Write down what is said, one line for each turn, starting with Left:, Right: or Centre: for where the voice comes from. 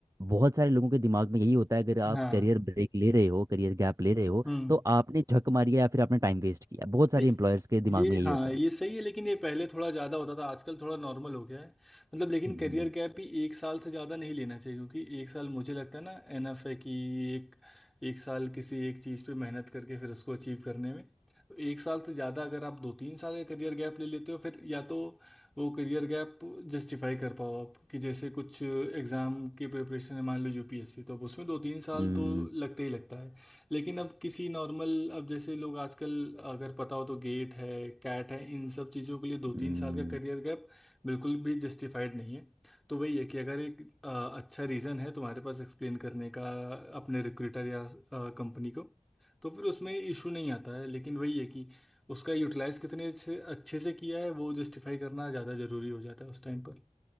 Right: बहुत सारे लोगों के दिमाग में यही होता है अगर आप
Centre: हाँ,
Right: करियर ब्रेक ले रहे हो करियर गैप ले रहे हो
Centre: हम्म
Right: तो आपने झक मारी है या फिर आपने टाइम वेस्ट किया बहुत सारे
Centre: नहीं
Right: एम्प्लॉयर्स के दिमाग
Centre: ये
Right: में यही
Centre: हाँ
Right: होता
Centre: ये
Right: है
Centre: सही है लेकिन ये पहले थोड़ा ज़्यादा होता था आजकल थोड़ा नॉर्मल हो गया है मतलब लेकिन
Right: हम्म,
Centre: करियर गैप भी एक साल से ज़्यादा नहीं लेना चाहिए क्योंकि एक साल मुझे लगता है ना एनफ है कि एक एक साल किसी एक चीज़ पे मेहनत करके फिर उसको अचीव करने में तो एक साल से ज़्यादा अगर आप दो तीन साल का करियर गैप ले लेते हो फिर या तो वो करियर गैप जस्टिफाई कर पाओ आप कि जैसे कुछ एग्ज़ाम के प्रिपरेशन है मान लो यूपीएससी तो अब उसमें दो तीन साल
Right: हम्म
Centre: तो लगते ही लगता है लेकिन अब किसी नॉर्मल अब जैसे लोग आजकल अगर पता हो तो गेट है कैट है इन सब चीज़ों के लिए दो
Right: हम्म
Centre: तीन साल का करियर गैप बिल्कुल भी जस्टिफाइड नहीं है तो वही है कि अगर एक अ, अच्छा रीज़न है तुम्हारे पास एक्सप्लेन करने का अपने रिक्रूटर या कंपनी को तो फिर उसमें इशू नहीं आता है लेकिन वही है कि उसका यूटिलाइज कितने से अच्छे से किया है वो जस्टिफाई करना ज़्यादा ज़रूरी हो जाता है उस टाइम पर